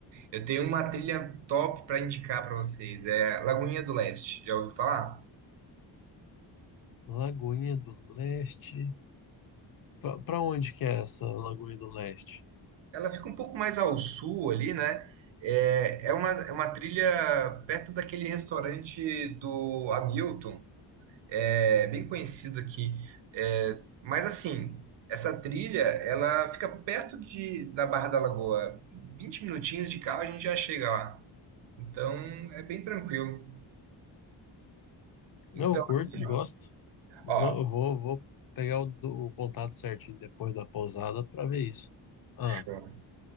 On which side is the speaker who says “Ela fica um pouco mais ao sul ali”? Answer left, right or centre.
Right